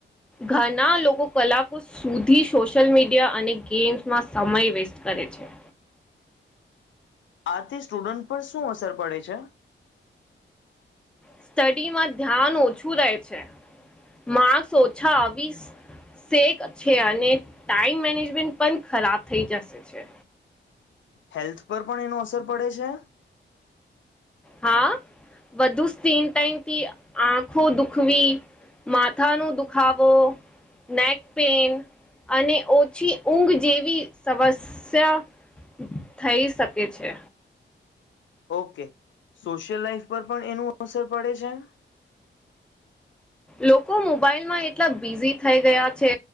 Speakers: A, in the centre; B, on the left.
A: ઘણા લોકો કલાકો સુધી સોશિયલ મીડિયા અને ગેમ્સમાં સમય વેસ્ટ કરે છે
B: આથી સ્ટુડન્ટ પર શું અસર પડે છે
A: સ્ટડીમાં ધ્યાન ઓછું રહે છે માર્ક્સ ઓછા આવીશ સેક છે અને ટાઈમ મેનેજમેન્ટ પણ ખરાબ થઈ જશે છે
B: હેલ્થ પર પણ એનું અસર પડે છે
A: હા વધુ સિમ ટાઈમથી આંખો દુખવી માથા ન દુખાવો નેક પેન અને ઓછી ઊંઘ જેવી સમસ્યા થઈ શકે છે
B: ઓકે સોશિયલ લાઈફ પર પણ એનું અસર પડે છે એમ
A: લોકો મોબાઈલમાં એટલા બિઝી થઈ ગયા છે